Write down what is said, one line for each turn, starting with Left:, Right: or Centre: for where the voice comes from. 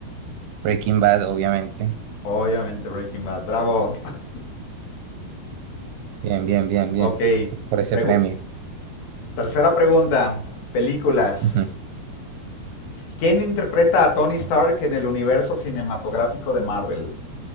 Right: Breaking Bad, obviamente.
Left: Obviamente Breaking Bad. Bravo. <laughs>
Right: Bien, bien, bien, bien.
Left: Ok.
Right: Por ese
Left: Pregu-
Right: premio.
Left: Tercera pregunta. Películas.
Right: Ujú.
Left: ¿Quién interpreta a Tony Stark en el universo cinematográfico de Marvel?